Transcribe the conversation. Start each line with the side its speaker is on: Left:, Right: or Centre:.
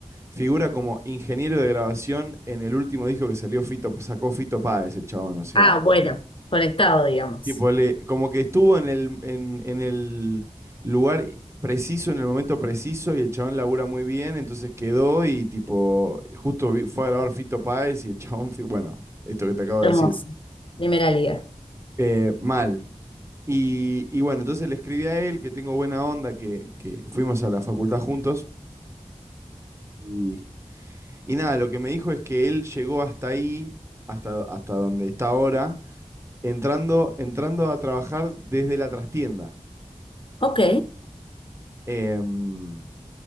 Right: figura como ingeniero de grabación en el último disco que salió Fito, sacó Fito Páez, el chabón, o sea,
Left: Ah, bueno, conectado, digamos.
Right: Tipo, le, como que estuvo en el, en, en el lugar preciso, en el momento preciso, y el chabón labura muy bien, entonces quedó y tipo, justo vi- fue a grabar Fito Páez y el chabón, fi- bueno, esto que te acabo de
Left: Hermoso,
Right: decir,
Left: primera liga.
Right: eh, mal. Y, y bueno, entonces le escribí a él que tengo buena onda, que, que fuimos a la facultad juntos. Y, y nada, lo que me dijo es que él llegó hasta ahí, hasta, hasta donde está ahora, entrando, entrando a trabajar desde la trastienda.
Left: Ok,
Right: Em,